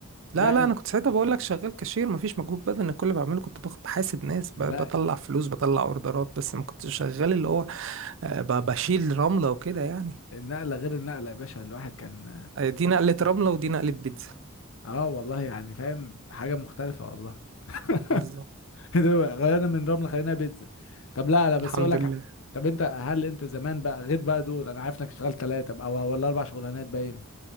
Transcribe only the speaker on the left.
النقله
لا
النقله غير النقله يا باشا الواحد كان
اه والله يعني فاهم حاجه مختلفه والله <laughs>
ده بقى، غيرنا من رمل خلينا بيتزا طب لا لا بس
اقول لك
ح- طب انت هل انت زمان بقى غير بقى دول انا عارف انك اشتغلت ثلاثه او ولا اربع شغلانات باين